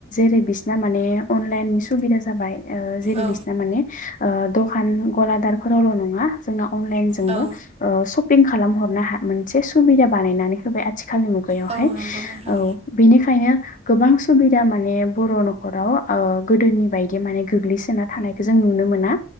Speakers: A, on the left; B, on the right.
A: जेरै बिसिना माने अनलाइन सुबिदा जाबाय ओ जेरै
B: औ
A: बिसिना माने ओ दखान गलादारफोरावल' नङा जोंना अनलाइन जोंबो
B: औ
A: ओ सपिं खालामहरनो मोनसे सुबिदा बानायनानै होबाय आथि आथिखालनि मुगायावहाय
B: औ नंगौ नोंथां
A: औ बेनिखायनो गोबां सुबिदा मा बर' न'खराव ओ गोदोनि बायदि माने गोग्लैसोना थानायखौ जों नुनो मोना